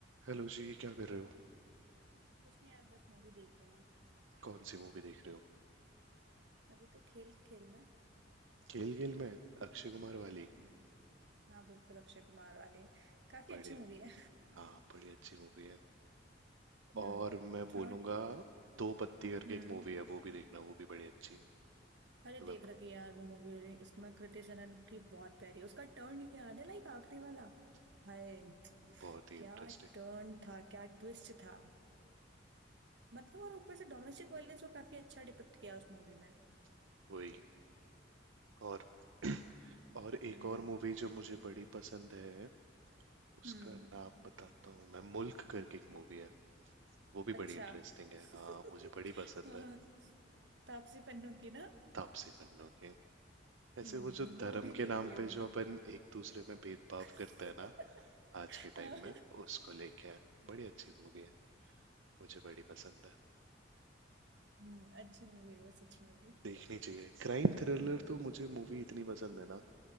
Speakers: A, on the right; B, on the right.
A: हेलो जी क्या कर रहे हो
B: कुछ नहीं यार बस मूवी देख रही हूँ
A: कौन सी मूवी देख रहे हो
B: अभी तो खेल खेल में
A: खेल खेल में अक्षय कुमार वाली
B: हम्म हाँ बिल्कुल अक्षय कुमार वाले काफी
A: बड़े
B: अच्छी मूवी है
A: हाँ बड़ी अच्छी मूवी है
B: हम्म
A: और मैं बोलूंगा
B: और
A: दो पत्ती करके
B: हम्म
A: एक मूवी है वो भी देखना वो भी बड़ी अच्छी है
B: अरे
A: तो
B: देख
A: मैं
B: रखी है यार वो मूवी इसमें कृति सेनन की बहुत प्यारी है उसका टर्न याद है लाइक आखिरी वाला हाय
A: बहुत ही
B: क्या
A: इंटरेस्टिंग
B: टर्न था क्या ट्विस्ट था मतलब और ऊपर से डोमेस्टिक वायलेंस को काफी अच्छा डिपिक्ट किया उस मूवी में
A: वही और <clears throat> और एक
B: हम्म
A: और मूवी जो मुझे बड़ी पसंद है उसका
B: हम्म
A: नाम बताता हूँ मैं मुल्क करके एक मूवी है वो भी
B: अच्छा
A: बड़ी इंटरेस्टिंग है
B: <laughs>
A: हाँ मुझे बड़ी पसंद
B: हाँ,
A: है
B: तापसी पन्नू की ना
A: तापसी पन्नू की ऐसे
B: हम्म
A: वो जो
B: वो
A: धर्म
B: भी
A: के
B: देखी
A: नाम
B: है
A: पे
B: मैंने
A: जो अपन एक दूसरे में भेदभाव
B: <laughs>
A: करते हैं ना आज के
B: हाँ।
A: टाइम में उसको लेके आए बड़ी अच्छी मूवी है मुझे बड़ी पसंद है
B: हम्म, अच्छी मूवी है वो सच में भी
A: देखनी चाहिए क्राइम थ्रिलर तो मुझे मूवी इतनी पसंद है ना